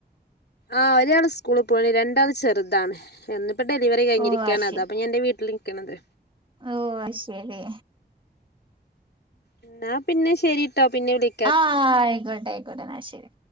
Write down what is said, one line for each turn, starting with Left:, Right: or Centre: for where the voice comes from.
Left: ആഹ് ഒരാള് സ്കൂള് പോണ്. രണ്ടാള് ചെറുതാണ് ഒന്നിപ്പം ഡെലിവറി കഴിഞ്ഞിരിക്കാണ്
Right: ഓ അത് ശരി
Left: അതാപ്പം ഞൻന്റെ വീട്ടിൽ നിക്കണത്
Right: ഓ അത്ശരി
Left: ഇന്നാ പിന്നെ ശരിട്ടോ പിന്നെ വിളി
Right: ആഹ് ആയിക്കോട്ടെ ആയിക്കോട്ടെ എന്നാ ശരി